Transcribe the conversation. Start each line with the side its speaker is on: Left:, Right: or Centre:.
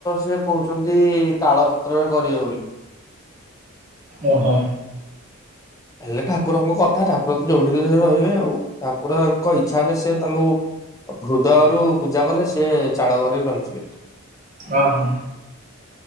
Left: ସେ କହୁଛନ୍ତି ତାଳ ପତ୍ରରେ କରିବେ ବୋଲି।
Right: ଓହୋ।
Left: ହେଲେ ଠାକୁରଙ୍କ କଥା, ଠାକୁର ତ ଯୋଉଠି ହେଲେ ରହିବେ ଆଉ। ଠାକୁରଙ୍କ ଇଚ୍ଛା ହେଲେ ସେ ତାଙ୍କୁ ହୃଦୟରୁ ପୂଜା କଲେ, ସେ ଚାଳ ଘରେ ରହିଯିବେ।
Right: ଓ ହୋ।